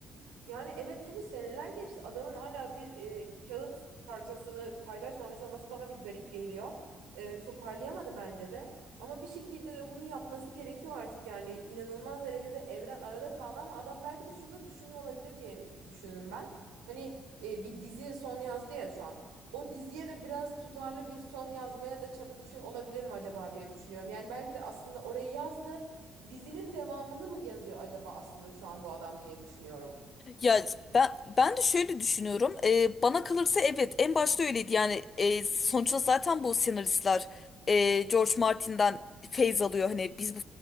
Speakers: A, on the right (about 75°); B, on the left (about 40°).
A: Yani evet çünkü seneler geçti. Adamın hala bir e, kağıt parçasını paylaşmamış olması bana bir garip geliyor. E, toparlayamadı bence de. Ama bir şekilde de bunu yapması gerekiyor artık yani inanılmaz derecede evren arada kaldı ama adam belki de şunu da düşünüyor olabilir diye düşünürüm ben. Hani e, bir dizi son yazdı ya şu an. O diziye de biraz tutarlı bir son yazmaya da çalışıyor olabilir mi acaba diye düşünüyorum. Yani belki de aslında orayı yazdı. Dizinin devamını mı yazıyor acaba aslında şu an bu adam diye düşünüyorum.
B: Ya ben ben de şöyle düşünüyorum. Ee, bana kalırsa evet en başta öyleydi. Yani e, sonuçta zaten bu senaristler e, George Martin'den feyz alıyor. Hani biz bu